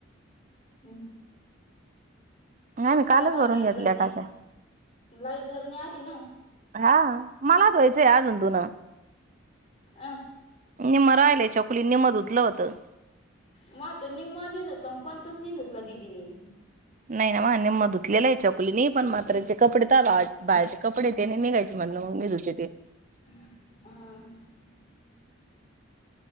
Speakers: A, on the left; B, on the right.
A: हुं
B: आम्ही
A: तेच कराव
B: कालच
A: ना
B: भरून
A: लाईट
B: घेतल्या
A: जरणे
B: टाक्या.
A: लाईट जरणे लीन
B: हा मला धुवायच आजून धून
A: अं
B: निम्म राहिलय छकुलीन निम्म धुतलं होतं.
A: मं आता निम्म नी धूतल कोणतच नी धुतल दिदीनी
B: नाही ना म निम्मं धुतुतलेल आहे छकुलीनी पण म्हातारीचे कपडे ताबा बाहेरचे कपडे तेन निघायचे म्हटलं मग मी धुते ते
A: <inaudible>